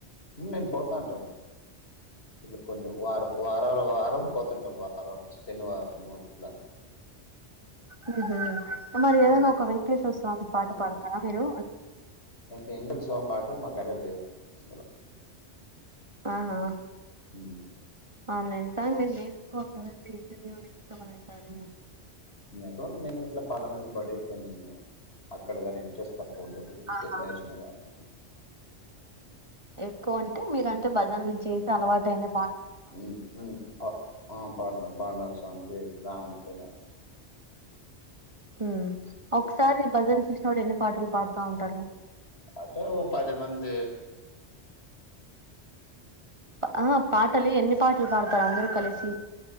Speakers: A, on the left; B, on the right.
A: మ్మ్ మేం పోతాటం ఇట్లా కొన్ని వార వారాల వారం పోతంటం వారం శనివారము ఇట్లా
B: మ్మ్ హ్మ్ మరి
A: లే-
B: ఏదైనా ఒక వెంకటేశ్వర స్వామి పాట పాడతారా మీరు
A: వెంకటేశ్వామి పాట మ ఐడియా లేదు అస్సల
B: ఆహా
A: ఉహు
B: ఆన్లైన్ కానీ మీరు నేర్సుకో నువంటే ఇష్టం దేవుడ ఇష్టం అనండి టరు
A: నేకోలు మేము ఇట్ల పళ్ళ మీద పడి కొంచెం అక్కడ కాని ఇంట్రెస్ట్ తక్కువ ఉంటుంది ఇట్లే
B: ఆహా!
A: నేర్చుకునే దాని
B: ఎక్కువ అంటే మీరు అంటే భజనలు చేసి అలవాటయిన
A: ఉ ఉ పా ఆ పాడతం పాండురంగ స్వామివే రావణ పైన
B: ఉ ఒకసారి భజన చేసినప్పుడు ఎన్ని పాటలు పాడుతా ఉంటారు
A: అదే ఓ పది మంది
B: ఆహ పాటలు ఎన్ని పాటలు పాడతారు అందరూ కలిసి